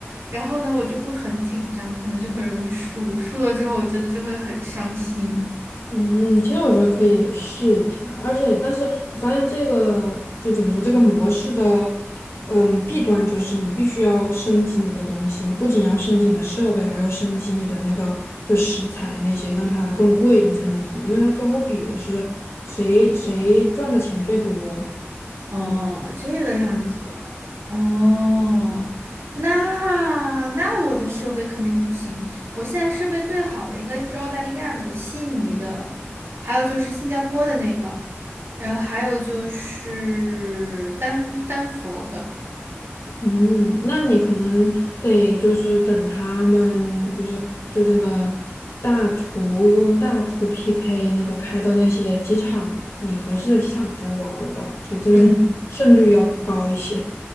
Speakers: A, on the right; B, on the left.
A: 然后呢，我就会很紧张，可能就很容易输。输了之后，我真的就会很伤心。
B: 嗯，其实我觉得可以试一下，而且，但是我发现这个就怎么说，这个模式的，嗯，弊端就是你必须要升级你的东西，你不仅要升级你的设备，还要升级你的那个就食材那些，让它更贵，你才能赢，因为它最后比的是谁谁赚的钱最多。
A: 哦，这个样子啊，哦，那那我的设备肯定不行。我现在设备最好的应该就是澳大利亚那个悉尼的，还有就是新加坡的那个，然后还有就是丹丹佛的。
B: 嗯，那你可能得就是等他们就是就这个大厨大厨 PK 那个开到那些机场，你合适的机场再玩儿吧，就就是
A: 嗯，
B: <laughs> 胜率要高一些。